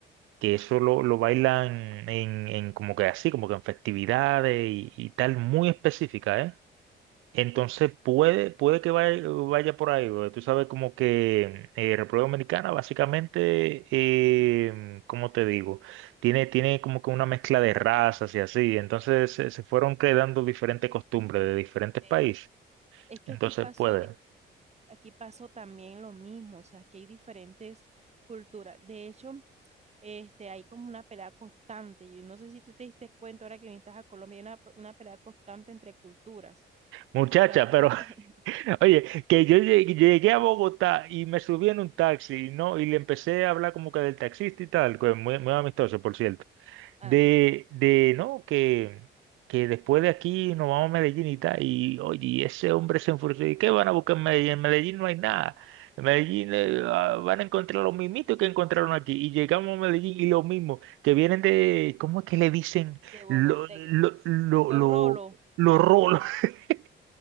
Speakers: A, on the right (about 85°); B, on the right (about 35°).
A: que eso lo, lo bailan en, en como que así, como que en festividades y, y tal, muy específica, ¿eh? Entonces puede, puede que vaya, vaya por ahí, porque tú sabes como que eh, República Dominicana básicamente, eh, ¿cómo te digo? Tiene, tiene como que una mezcla de razas y así, entonces se, se fueron creando diferentes costumbres de diferentes
B: Eh,
A: países,
B: es que
A: entonces
B: aquí pasó,
A: puede.
B: es- aquí pasó también lo mismo, o sea, aquí hay diferentes culturas. De hecho, este, hay como una pelea constante. Yo no sé si tú te diste cuenta ahora que viniste a Colombia, hay una, una pelea constante entre culturas.
A: Muchacha,
B: O sea,
A: pero
B: <laughs>
A: <laughs> Oye, que yo llegué, llegué a Bogotá y me subí en un taxi, ¿no? Y le empecé a hablar como que del taxista y tal, que muy, muy amistoso, por cierto
B: ajá,
A: de, de no, que, que después de aquí nos vamos a Medellín y tal, y oye, y ese hombre se enfureció, ¿y qué van a buscar en Medellín? En Medellín no hay nada. En Medellín eh, ah, van a encontrar los mismitos que encontraron aquí. Y llegamos a Medellín y lo mismo, que vienen de, ¿cómo es que le dicen?
B: de Bogotá,
A: Lo, lo, lo,
B: los
A: lo,
B: rolos.
A: lo rolo. <laughs>